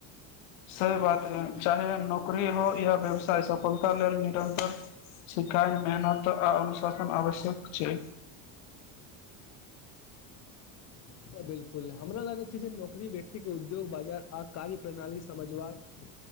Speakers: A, on the left; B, on the left.
A: सही बात हइ चाहे नौकरी हो या व्यवसाय सफलता लेल निरन्तर सिखाइ मेहनत आ अनुशासन आवश्यक छै
B: <inaudible> बिलकुल हमरा लागत छै जे नौकरी व्यक्ति के उद्योग बाजार आ कार्य प्रणाली समझबाक